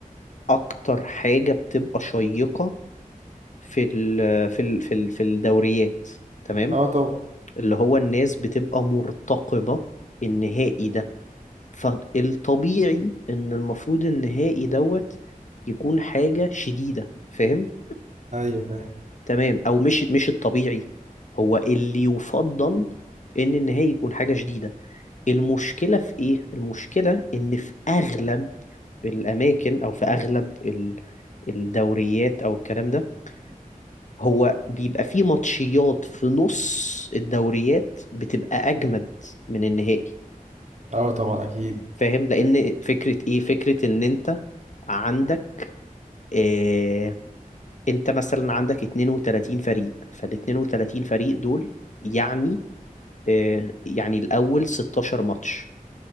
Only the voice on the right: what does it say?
اه طبعا
ايوه فاهم
اه طبعا اكيد